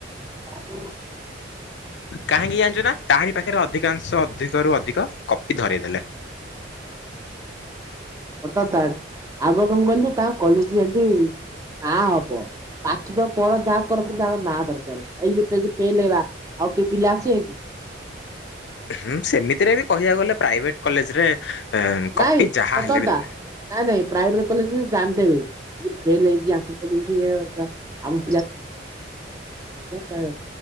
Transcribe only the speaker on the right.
<unintelligible>
ଅଥା ଆଗ କଣ କଲି ତା କଲେଜ ଯଠ ନା ହବ ପାଠିବ ପଢ ଯାହା କରନ୍ତି ଯ ନା ଦରକାର ଏଇ ଯେ ପେଲ ହେବା। ଆଉ କିଏ ପିଲା ଆସିବେ କି
ନାଇଁ
ସତ
କଥା
ନାଇଁ -ନାଇଁ ପ୍ରାଇଭେଟ୍ କଲେଜ୍ ରେ ଜାଣିଦେବେ। ଏ ଫେଲ୍ ହେଇଚି ଆଙ୍କ କଲେଜେରେ ଆମ <unintelligible>